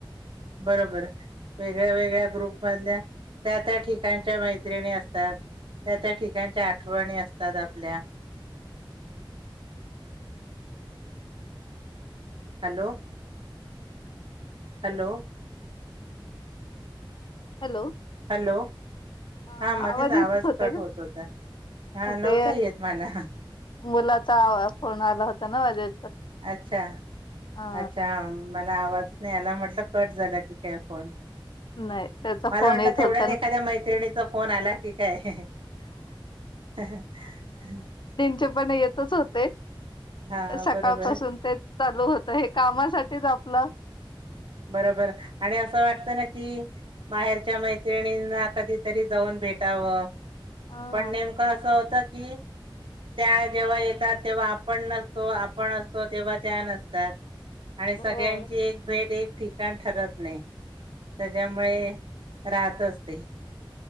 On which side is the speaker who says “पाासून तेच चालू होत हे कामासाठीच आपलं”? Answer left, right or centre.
Left